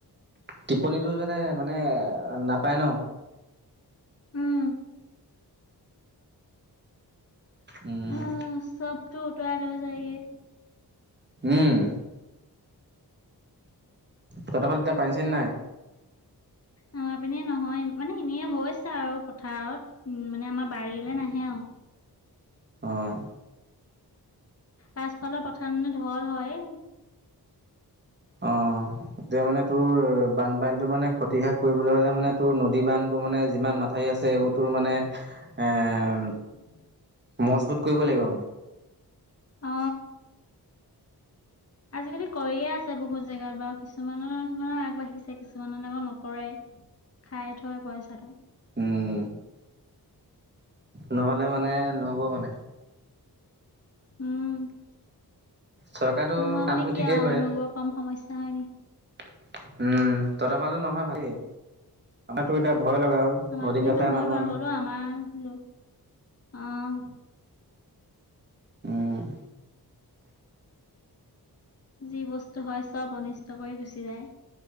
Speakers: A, on the right (about 25°); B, on the left (about 35°).
A: টিপনীটো যাতে মানে নাপায় ন।
B: উম'
A: উম
B: হা' চবটো উটোৱাই হৈ যায়গে।
A: উম' ত'হত ফালে এতিয়া পানী-চানি নাই?
B: আমাৰ পিনে নহয়, মানে এনেই হৈছে আৰু পথাৰত। উম' মানে আমাৰ বাৰীলৈ নাহে আৰু।
A: অহ
B: পাছফালৰ পথাৰত মানে ঢল হয়।
A: অহ' এতিয়া মানে তোৰ বানপানী তটো মানে ক্ষতি হ্ৰাস কৰিবলৈ হলে মানে তোৰ নদী বান্ধবোৰ মানে যিমান মাথা আছে এইবোৰ তোৰ মানে এ
B: উম
A: মজবুত কৰিব লাগিব মানে
B: অ আজিকালি কৰিয়ে আছে বহুত জেগাত বাৰু কিছুমানৰ কিছুমানৰ আগবাঢ়িছে কিছুমানে আকৌ নকৰে খাই থৈ পইচাটো
A: উম নহলে মানে নহব মানে
B: উম
A: চৰকাৰেতো
B: নহয়
A: কামটো
B: মানে কি
A: ঠিকেই
B: আৰু
A: কৰে
B: মানুহবোৰৰ কম সমস্যা হয় নি
A: উম তহঁতৰ ফালে নহয় ভালেই আমাৰ তো এতিয়া ভয় লগা হ'ল
B: আমাৰ
A: নদী
B: পিনে
A: কাষৰীয়া
B: নহয়
A: মানুহ
B: বাৰু
A: আমি
B: হলেও আমাৰ আহ
A: উম
B: যি বস্তু হয় চব অনিষ্ট কৰি গুচি যায়।